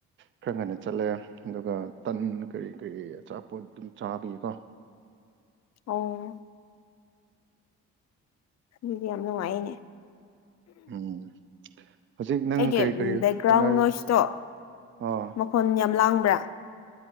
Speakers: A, on the right; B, on the left.
A: ꯈꯔ ꯉꯟꯅ ꯆꯠꯂꯦ ꯑꯗꯨꯒ ꯇꯟ ꯀꯔꯤ ꯀꯔꯤ ꯑꯆꯥꯄꯣꯠ ꯑꯗꯨꯝ ꯆꯥꯕꯤꯌꯦꯀꯣ
B: ꯑꯣ ꯑꯗꯨꯗꯤ ꯌꯥꯝ ꯅꯨꯡꯉꯥꯏꯅꯦ
A: ꯎꯝ ꯍꯧꯖꯤꯛ ꯅꯪ
B: ꯑꯩꯒꯤ
A: ꯀꯔꯤ ꯀꯔꯤ
B: ꯕꯦꯛꯒ꯭ꯔꯥꯎꯟ
A: ꯍꯣꯠꯅꯔꯤ
B: ꯅꯣꯏꯁꯇꯣ
A: ꯑꯥ
B: ꯃꯈꯣꯟ ꯌꯥꯝ ꯂꯥꯡꯕ ꯇꯔ